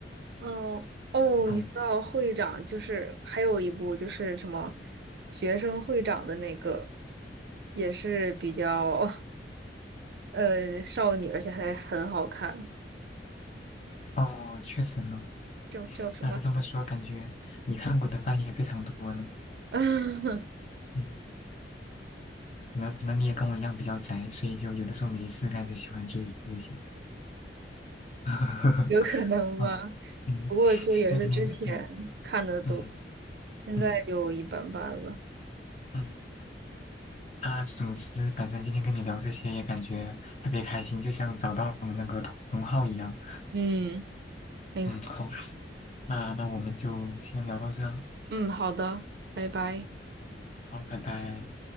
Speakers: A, on the right; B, on the left.
A: 哦哦，
B: 嗯，
A: 你知道会长就是还有一部就是什么学生会长的那个，也是比较呃少女，而且还很好看，
B: 哦，确实呢，
A: 叫叫什么？
B: 那这么说感觉你看过的番也非常多呢，
A: <laughs>
B: 嗯，可能可能你也跟我一样比较宅，所以就有的时候没事干就喜欢追这些。<laughs>
A: 有可能吧，
B: 啊，嗯，
A: 不过这也是之前看的多，
B: 那今天对，嗯
A: 现在就一般般了。
B: 嗯嗯，那总之，反正今天跟你聊这些也感觉特别开心，就像找到了那个同号一样。
A: 嗯，没错。
B: 嗯，好，那那我们就先聊到这，
A: 嗯，好的，拜拜。
B: 好，拜拜。